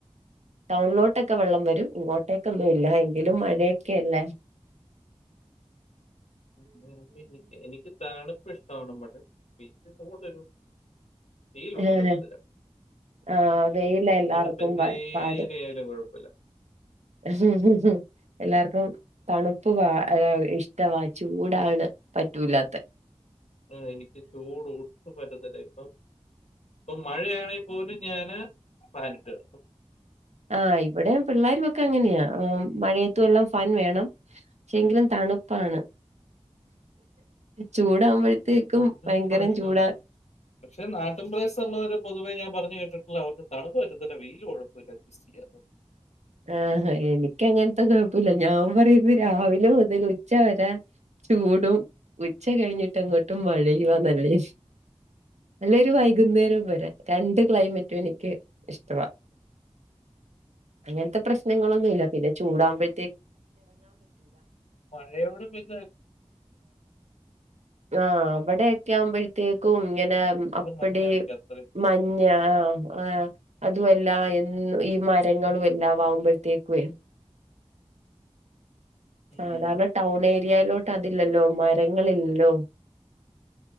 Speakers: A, on the right; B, on the left.
A: ടൗണിലോട്ടൊക്കെ വെള്ളം വരും ഇങ്ങോട്ടേക്ക് ഒന്നും ഇല്ല എങ്കിലും മഴയൊക്കെ അല്ലേ
B: ഉം എനിക്ക് എനിക്ക് തണുപ്പ് ഇഷ്ടമാണ് <unintelligible> വെയിൽ ഒട്ടും
A: ഏഹ്
B: പറ്റത്തില്ല
A: ആഹ് വെയില എല്ലാർക്കും
B: തണുപ്പ് എന്തേരി
A: പാട്
B: ആയാലും കുഴപ്പമില്ല
A: ളം ഉം എല്ലാർക്കും തണുപ്പ് ഇഷ്ടവാ ചൂടാണ് പറ്റൂലാത്ത
B: ആ എനിക്ക് ചൂട് ഒ പറ്റത്തില്ലേ ഇപ്പം ഇപ്പം മഴയാണെൽ പോലും ഞാന് ഫാനിട്ട് കിടക്കും
A: ആഹ് ഇവിടെ പിള്ളേരുമൊക്കെ അങ്ങനെയാ മഴയത്തും എല്ലാം ഫാൻ വേണം പക്ഷെ എങ്കിലും തണുപ്പാണ് ചൂടാകുമ്പഴ ത്തേക്കും
B: തണുപ്പാണ്
A: ഭയങ്കരം
B: ഇഷ്ടം.
A: ചൂടാ
B: പക്ഷെ നാട്ടിൻ പ്രദേസ്തുള്ളവര് പൊതുവേ ഞാൻ പറഞ്ഞു കേട്ടിട്ടുള്ള അവർക്ക് തണുപ്പ് പറ്റത്തില്ലാ വെയ്ൽ കുഴ വല്ല ബിസി അതോ
A: ആഹ എനിക്കങ്ങനത്തെ കുഴപ്പല്ല ഞാൻ പറയുന്നു രാവിലെ മുതൽ ഉച്ച വരേ ചൂടും ഉച്ച കഴിഞ്ഞിട്ട് അങ്ങോട്ടും മഴയവാന്നല്ലേ <unintelligible> നല്ലൊരു വൈകുന്നേരം വരെ രണ്ട് ക്ലൈമറ്റും എനിക്ക് ഇഷ്ടമാണ് അങ്ങനത്തെ പ്രശ്നങ്ങളൊന്നും ഇല്ല പിന്നെ ചൂടാകുമ്പോ
B: മഴയോടും <inaudible>
A: ആ ഉവിടെയൊക്കെ ആവുമ്പോഴത്തേക്കും ഇങ്ങനെ
B: ഇവിടെ
A: അപ്പടി
B: മഞ്ഞാണ് എനിക്ക് അത്ര ഇഷ്ടം.
A: മ മഞ്ഞാ ആ അതും എല്ലാ എ ഈ മരങ്ങളും എല്ലാം ആകുമ്പോഴത്തേക്കും
B: ഉം.
A: സാധാരണ ടൗൺ ഏരിയയിലോട്ട് അതില്ലല്ലോ മരങ്ങളില്ലല്ലോ